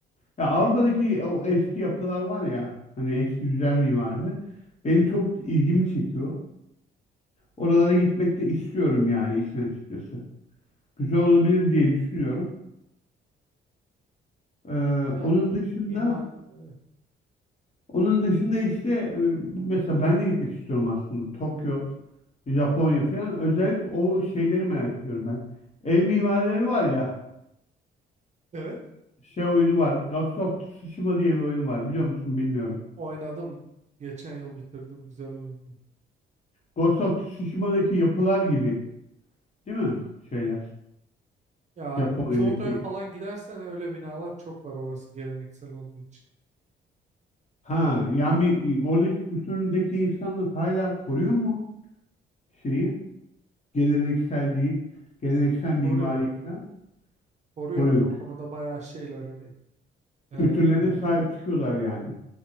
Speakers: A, on the left; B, on the right.
A: Ya Avrupa'daki o eski yapılar var ya hani eski güzel
B: Hı
A: mimarisi
B: hı.
A: benim çok ilgimi çekiyor. Oralara gitmek de istiyorum yani işin açıkçası. Güzel olabilir diye düşünüyorum. Ee,
B: Evet
A: onun dışında
B: mimari evet.
A: onun dışında işte e, mesela ben de gitmek istiyorum aslında Tokyo, Japonya falan. Özellikle o şeyleri merak ediyorum ben. Ev mimarileri var ya
B: Evet
A: şey oyunu var. Ghost of Tsushima diye bir oyun var biliyor musun bilmiyorum.
B: oynadım geçen yıl bitirdim güzel oyundu.
A: Ghost of Tsushima'daki yapılar gibi değil mi şeyler?
B: Ya
A: Japonya'daki.
B: Kyoto'ya falan gidersen öyle binalar çok var orası geleneksel olduğu için.
A: Ha yani e, oradaki kültüründeki insanlar hala koruyor mu şeyi? Gelenekselliği, geleneksel
B: Koruyor.
A: mimariyi falan
B: Koruyor
A: koruyor.
B: yani o konuda bayağı şeyler hani e,
A: Kültürlerine
B: ne denir?
A: sahip çıkıyorlar yani.